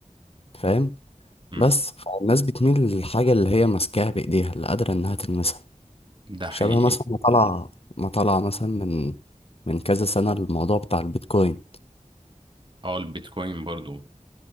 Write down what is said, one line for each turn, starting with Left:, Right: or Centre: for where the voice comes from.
Left: فاهم
Right: امم
Left: بس فالناس بتميل للحاجه اللي هي ماسكاها بايديها اللي قادره انها تلمسها
Right: ده
Left: شبه
Right: حقيقي
Left: مثلا ما طلع ما طلع مثلا من من كذا سنة الموضوع بتاع البيتكوين
Right: أه البيتكوين برضو